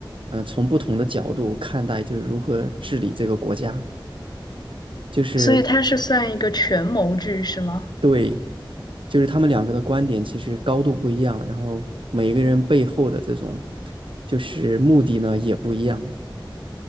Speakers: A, on the right; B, on the left.
A: 嗯、呃从不同的角度看待，就是如何治理这个国家，就是
B: 所以它是算一个权谋剧是吗？
A: 对，就是他们两个的观点其实高度不一样，然后每一个人背后的这种就是目的呢也不一样，